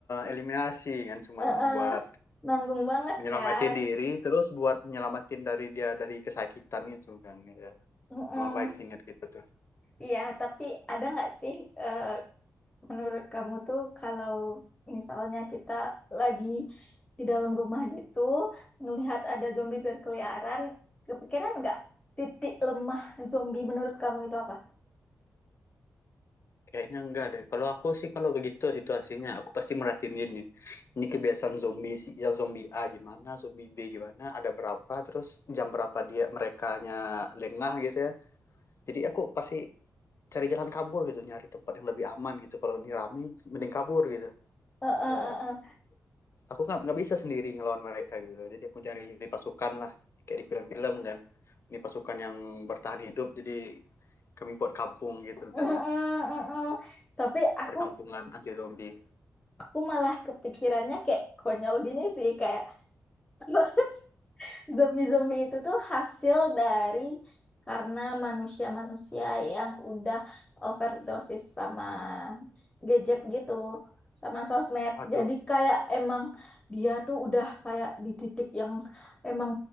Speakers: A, on the left; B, on the left.
A: eliminasi kan, cuman
B: heeh.
A: buat
B: Nanggung banget
A: menyelamati
B: kan.
A: diri, terus buat menyelamatin dari dia dari kesakitan gitu kan. Ya.
B: Mm-mm.
A: Memang baik sih niat kita tuh.
B: Iya, tapi ada nggak sih eh, Menurut kamu tuh kalau misalnya kita lagi di dalam rumah gitu, melihat ada zombie berkeliaran, kepikiran nggak titik lemah zombie menurut kamu itu apa?
A: Kayaknya enggak deh. Kalau aku sih kalau begitu situasinya, aku pasti merhatiin gini. Ini kebiasaan zombie sih, ya zombie A gimana, zombie B gimana, ada berapa, terus jam berapa dia merekanya lengah gitu ya. jadi aku pasti cari jalan kabur gitu nyari tempat yang lebih aman gitu kalau ini rame mending kabur gitu
B: Eh, eh,
A: ya
B: eh, eh.
A: aku nggak nggak bisa sendiri ngelawan mereka gitu jadi aku cari pasukan lah kayak di film-film kan ini pasukan yang bertahan hidup jadi kami buat kampung gitu rencana
B: Mm, mm, mm, mm. Tapi aku
A: perkampungan anti zombie
B: aku malah kepikirannya kayak konyol gini sih kayak <laughs> Zombie-zombie itu tuh hasil dari karena manusia-manusia yang udah overdosis sama gadget gitu, sama sosmed.
A: aduh
B: Jadi kayak emang dia tuh udah kayak di titik yang emang